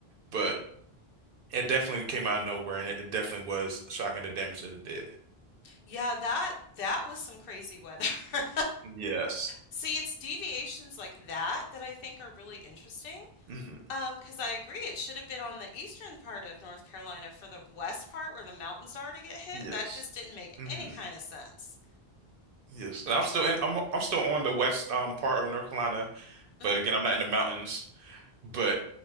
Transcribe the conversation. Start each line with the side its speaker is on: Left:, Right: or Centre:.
Right: But It definitely came out of nowhere, and it it definitely was shocking the damage that it did.
Left: Yeah, that that was some crazy weather. <laughs>
Right: Yes.
Left: See, it's deviations like that that I think are really interesting.
Right: hmm
Left: Um, 'cause I agree, it should have been on the eastern part of North Carolina for the west part where the mountains are to get hit.
Right: Yes.
Left: That just didn't make
Right: hmm
Left: any kind of sense.
Right: Yes. And I'm still in. I'm I'm still on the west um part of North Carolina,
Left: Mm-hmm.
Right: but again, I'm not in the mountains. But